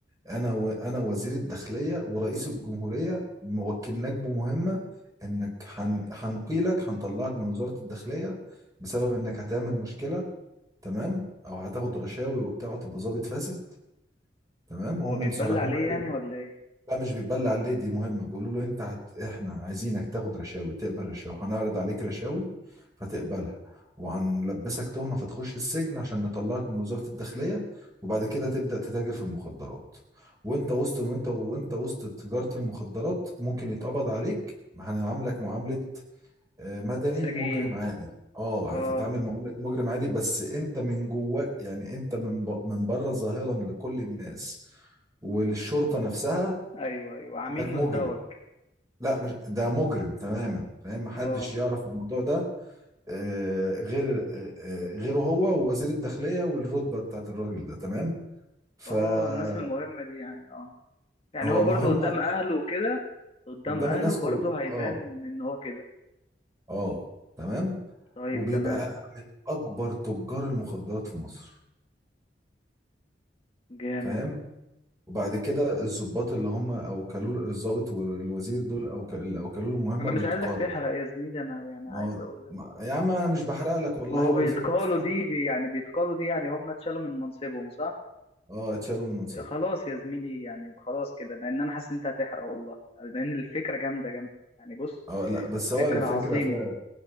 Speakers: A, on the right (about 20°); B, on the left (about 35°).
A: انا و... انا وزير الداخليه ورئيس الجمهوريه موكلناك بمهمه انك هن... هنقيلك هنطلعك من وزاره الداخليه بسبب انك هتعمل مشكله تمام او هتاخد رشاوي وبتاع وتبقى ظابط فاسد تمام
B: هو
A: هم
B: بيتبلى
A: مصرح
B: عليه
A: هم قالوا
B: يعني ولا ايه
A: لا مش بتبلع ليه دي مهمه بيقولوا له انت هت... احنا عايزينك تاخد رشاوي تقبل رشاوي هنعرض عليك رشاوي فتقبلها وهنلبسك تهمه فتخش السجن عشان نطلعك من وزاره الداخليه وبعد كده تبدا تتاجر في المخدرات وانت وسط وانت وانت وسط تجاره المخدرات ممكن يتقبض عليك هنعاملك معامله آه، مدني
B: السجين
A: مجرم عادي اه
B: اه
A: هتتعامل معاملة مجرم عادي بس انت من جواك يعني انت من ب... من بره ظاهرا لكل الناس وللشرطة نفسها
B: ايوه ايوه عميل
A: انك
B: مزدوج
A: مجرم لا مش ده مجرم تماما فاهم محدش
B: اه
A: يعرف الموضوع ده آه، غير آه، آه، غيره هو ووزير الداخلية والرتبة بتاعت الراجل ده تمام فهو
B: اه الناس المهمة دي يعني اه يعني
A: مهمة
B: هو برضو قدام اهله وكده قدام
A: قدام
B: اهله
A: الناس كل
B: برضو هيبان
A: اه
B: ان هو كده
A: اه تمام
B: طيب
A: وبيبقى
B: تمام
A: من اكبر تجار المخدرات في مصر
B: جامد
A: فاهم وبعد كده الضباط اللي هم اوكلوا له- الضابط والوزير دول او اللي اوكلوا له المهمه
B: انا
A: بيتقالوا
B: مش عايزك تحرق يا زميلي انا يعني
A: ما
B: عايز اقول لك
A: ما- يا عم انا مش بحرق لك والله
B: ما هو
A: هو
B: بيتقالوا
A: الفيلم يستحق
B: دي بي يعني بيتقالوا دي يعني هم اتشالوا من منصبهم صح
A: اه اتشالوا من منصبه
B: خلاص يا زميلي يعني خلاص كده لان انا حاسس ان انت هتحرق والله لان الفكرة جامدة جامدة يعني بص
A: اه لا بس هو
B: فكرة
A: الفكره
B: عظيمة
A: فيها